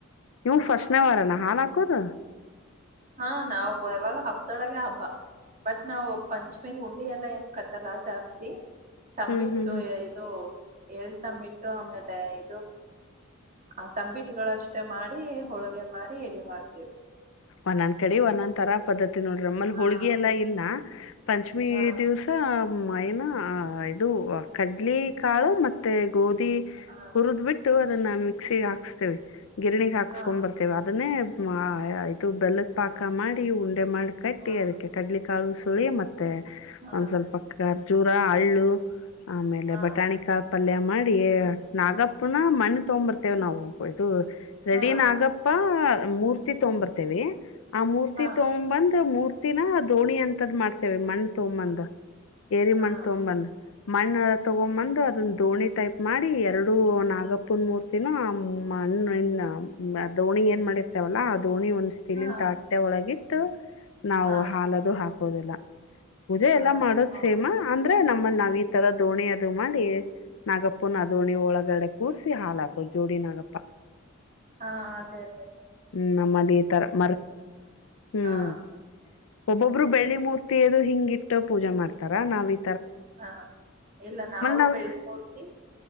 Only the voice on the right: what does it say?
ಹಾ
ಹಾ ನಾವು ಯಾವಾಗ ಹಬ್ಬದೊಳಗೆ ಹಬ್ಬ ಬಟ್ ನಾವು ಪಂಚಮಿಗ್ ಉುಂಡೆ ಎಲ್ಲ ಏನ್ ಕಟ್ಟಲ್ಲ ಜಾಸ್ತಿ ತಂಬಿಟ್ಟು
ಇದು ಎಲ್ ತಂಬಿಟ್ಟು ಆಮೇಲೆ ಇದು ಆ ತಂಬಿಟ್ಗಳಷ್ಟೆ ಮಾಡಿ ಹೋಳ್ಗೆ ಮಾಡಿ ಎಡಿ ಮಾಡ್ತೇವಿ
ಹಾ
ಹಾ
ಹಾ
ಹಾ
ಹಾ
ಹಾ
ಹಾ
ಹಾ
ಹಾ
ಹಾ
ಹಾ
ಹಾ
ಹಾ
ಹಾ
ಹಾ ಅದೇ ಅದೇ ಅ
ಹಾ
ಹಾ ಇಲ್ಲ ನಾವು
ಬೆಳ್ಳಿ ಮೂೂರ್ತಿ